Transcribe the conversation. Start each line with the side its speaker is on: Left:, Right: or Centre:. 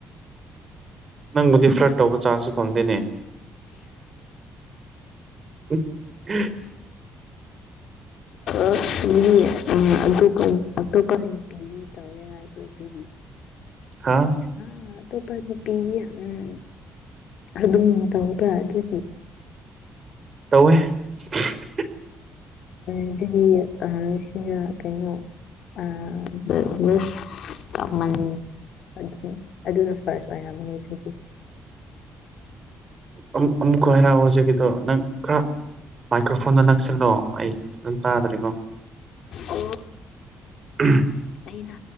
Right: ꯅꯪꯕꯨꯗꯤ ꯐ꯭ꯂꯠ ꯇꯧꯕ ꯆꯥꯟꯁꯁꯨ ꯐꯪꯗꯦꯅꯦ ꯎꯝ
Left: ꯑꯁ ꯃꯤ ꯑꯗꯨꯞꯄ ꯑꯇꯣꯞꯄ ꯅꯨꯄꯤꯒ ꯇꯧ ꯅꯤꯉꯥꯏꯕ ꯑꯗꯨꯗꯤ
Right: ꯍꯥ
Left: ꯑ ꯑꯇꯣꯞꯄꯒꯤ ꯄꯤꯅꯤ ꯎꯝ ꯑꯗꯨꯝ ꯇꯧꯕ꯭ꯔꯥ ꯑꯗꯨꯒꯤ
Right: ꯇꯧꯋꯦ <unintelligible>
Left: ꯑꯗꯨꯗꯤ ꯑ ꯁꯤꯅ ꯀꯩꯅꯣ ꯑꯝ ꯑꯗ ꯗꯁ ꯀꯝꯃꯟ ꯑꯗꯨꯝ ꯑꯗꯨꯅ ꯐꯥꯔꯁ ꯑꯣꯏꯔꯝꯕꯅꯤ ꯑꯗꯨꯗꯤ
Right: ꯑꯝ ꯑꯃꯨꯛꯀ ꯍꯥꯏꯅ ꯍꯧꯖꯤꯛꯀꯤꯗꯣ ꯅꯪ ꯈꯔ ꯃꯥꯏꯀ꯭ꯔꯐꯣꯟꯗ ꯅꯛꯁꯜꯂꯣ ꯑꯩ ꯐꯑꯟ ꯇꯥꯗ꯭ꯔꯤꯒꯣ
Left: ꯑꯣ
Right: ꯎꯝ
Left: ꯑꯩꯅ